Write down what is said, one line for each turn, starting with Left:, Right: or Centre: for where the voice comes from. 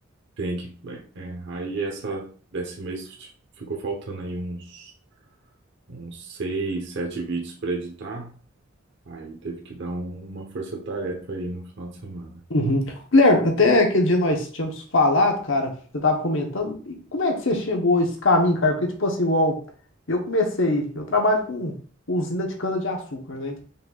Right: tem que, é, aí essa, desse mês ficou faltando aí uns, uns seis, sete vídeos para editar, aí teve que dar um- uma força-tarefa aí no final de semana.
Left: Uhum. Guilherme, até aquele dia nós tínhamos falado, cara, você tava comentando, e como é que você chegou a esse caminho, cara? Porque, tipo assim, igual, eu comecei, eu trabalho com usina de cana-de-açúcar, né?